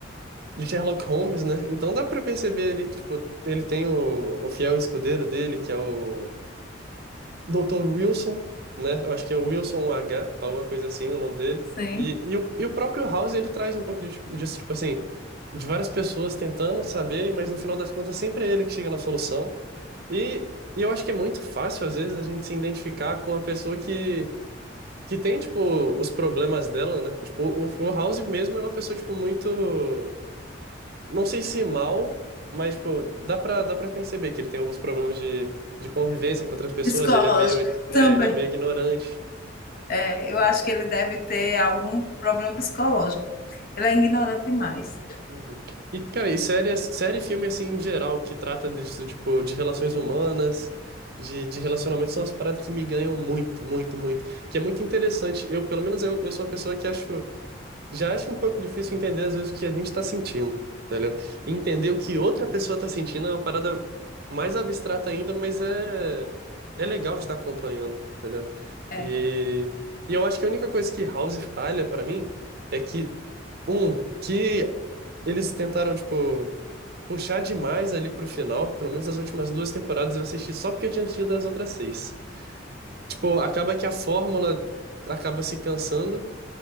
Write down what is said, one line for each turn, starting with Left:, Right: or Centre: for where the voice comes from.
Right: De Sherlock Holmes, né? Então dá pra perceber ali que, tipo, ele tem o, o fiel escudeiro dele, que é o Doutor Wilson, né? Eu acho que é o Wilson H, alguma coisa assim, o nome dele.
Left: <laughs> Sim.
Right: E, e, o, e o próprio House, ele traz um pouco de, tipo- disso, tipo assim, de várias pessoas tentando saber, mas no final das contas sempre é ele que chega na solução. E, e eu acho que é muito fácil, às vezes, a gente se identificar com a pessoa que, que tem, tipo, os problemas dela, né? Tipo, o, o House mesmo é uma pessoa, tipo, muito não sei se mal, mas, tipo, dá pra, dá pra perceber que ele tem alguns problemas de, de convivência com outras pessoas,
Left: Psicológico
Right: ele é meio,
Left: também.
Right: é, ele é meio ignorante.
Left: É, eu acho que ele deve ter algum problema psicológico. Ele é ignorante demais.
Right: Uhum. E, cara, e série, série e filme, assim, em geral, que trata disso, tipo, de relações humanas, de, de relacionamentos, são as paradas que me ganham muito, muito, muito. Que é muito interessante. Eu, pelo menos, eu, eu sou uma pessoa que acho Já acho um pouco difícil entender, às vezes, o que a gente tá sentindo, tá ligado? Entender o que outra pessoa tá sentindo é uma parada mais abstrata ainda, mas é, é legal de estar acompanhando, tá ligado?
Left: É.
Right: E... e eu acho que a única coisa que House falha pra mim é que, um, que eles tentaram, tipo, puxar demais ali pro final, pelo menos as últimas duas temporadas eu assisti só porque eu tinha assistido as outras seis. Tipo, acaba que a fórmula acaba se cansando.